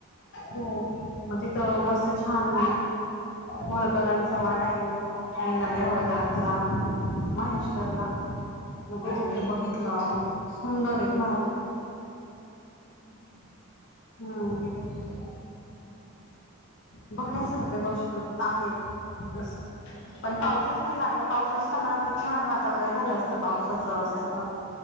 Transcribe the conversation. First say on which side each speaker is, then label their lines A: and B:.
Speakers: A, on the left; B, on the left.
A: हो म तिथं
B: हम्म.
A: मस्त छान होळकरांचा वाडा आहे. अहिल्याबाई होळकरांचा, महेश्वररला.
B: हम्म.
A: मग
B: हो,
A: तिथं
B: हो.
A: ते बघितलं, सुंदर ये भारी.
B: हम् हम,
A: हम्,
B: हम् ह,
A: बघण्या सारख्या गोष्ट आहे असं
B: अजून
A: पण
B: काय
A: पाऊसच
B: काय आहे
A: नाही
B: तिकडे?
A: लागला, पाऊस असता ना तर छान वातावरण झालं असतं पावसाचं असतं त.